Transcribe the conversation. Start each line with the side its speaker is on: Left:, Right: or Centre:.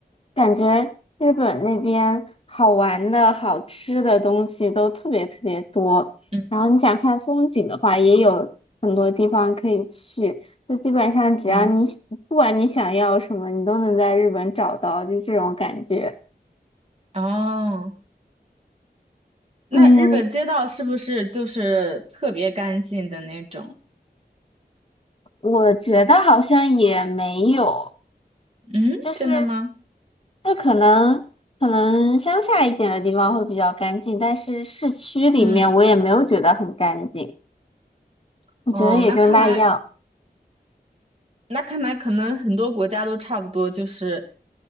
Left: 感觉日本那边好玩的好吃的东西都特别特别多，
Right: 嗯
Left: 然后你想看风景的话，也有很多地方可以去，就基本上只要你不管你想要什么，
Right: 嗯，
Left: 你都能在日本找到，就这种感觉。
Right: 哦，那日本街道是不是就是特别干净的那种？
Left: 嗯，我觉得好像也没有，
Right: 嗯，
Left: 就是
Right: 真的吗？
Left: 就可能可能乡下一点的地方会比较干净，但是市区里面我也没有觉得很干净，
Right: 嗯，
Left: 我觉得也就那样。
Right: 哦，那看来那看来可能很多国家都差不多，就是